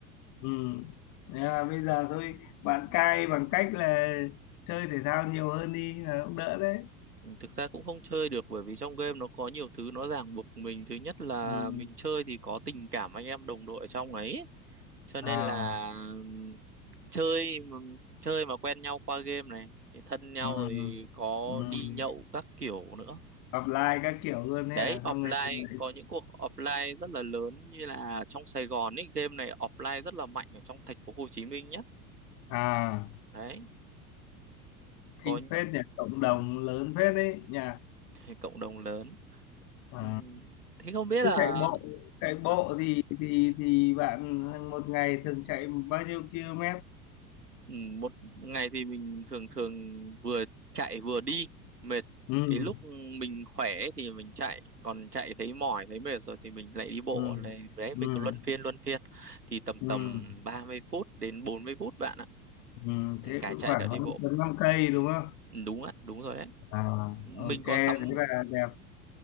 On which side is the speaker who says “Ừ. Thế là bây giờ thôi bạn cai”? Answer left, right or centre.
Left